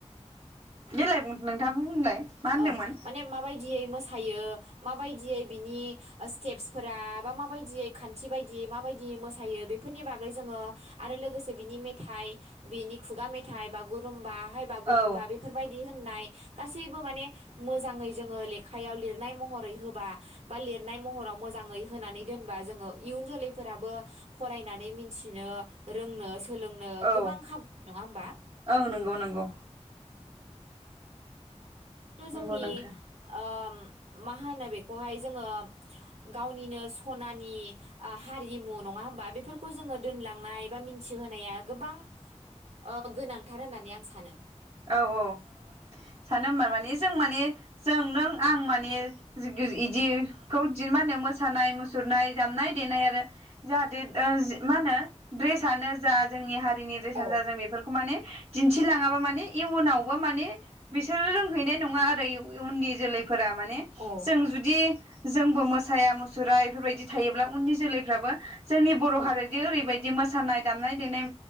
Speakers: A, on the right; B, on the right.
A: देलाय बुं नोंथां बुंलाय। मा होनदोंमोन
B: औ माने माबा माबायदियै मोसायो माबायदियै बिनि स्टेप्सफोरा बा माबायदियै खान्थि बायदि माबायदियै मोसायो बेफोरनि बागै जोङो आरो लोगोसे बिनि मेथाइ बिनि खुगा मेथाइ बागुरुम्बा। हाय बागुरुमबा
A: औ
B: बेफोरबायदि होन नाय गासै बो माने मोजाङै जोङो लेखायाव लिरनाय महरै होबा बा लिरनाय महराव मोजाङै होनानै दोनबा जोङो इउन जोलैफोराबो फरायनानै मोनथिनो रोंनो सोलोंनो
A: औ
B: गोबां खाबु नङा होमबा?
A: औ नंगौ नंगौ
B: <unintelligible> जोंनि
A: नंगौ नोंथां
B: ओम मा होनो बेखौहाय जोङो गावनिनो स'नानि आ हारिमु नङा होमबा बेफोरखौ जोङो दोनलांनाय बा मिन्थिहोनाया गोबां ओ गोनांथार होननानै आं सानो।
A: औ औ सानो होमबा माने जों माने जों नों आं माने जिग गिज इदि खौ मा होनो मोसानाय मुसुरनाय दामनाय देनाय आरो जाहाथे ओ ज मा होनो ड्रेसानो जा जोंनि हार जोंनि द्रेसानो
B: औ
A: जा जों बेफोरखौ माने दिन्थिलाङाबा माने इयुनावबो माने बिसोरो रोंहैनाय नङा आरो इउ बै उननि जोलैफ फोरा माने
B: औ
A: जों जुदि जोंबो मोसाया मुसुरा इफोरबायदि थायोब्ला उननि जोलैफ्राबो जोंनि बर
B: औ
A: हारियादि ओरैबायद दि मोसानाय दामनाय देनाय